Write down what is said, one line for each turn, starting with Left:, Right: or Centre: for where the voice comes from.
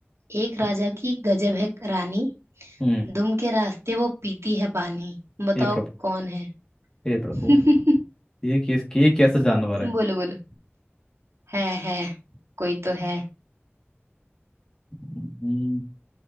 Right: एक राजा की गजब है रानी
Left: हम्म
Right: दुम के रास्ते वो पीती है पानी बताओ
Left: ये प्रभु
Right: कौन है
Left: ये प्रभु
Right: <laughs>
Left: ये किस ये कैसा जानवर है
Right: बोलो बोलो है है कोई तो है
Left: हम्म,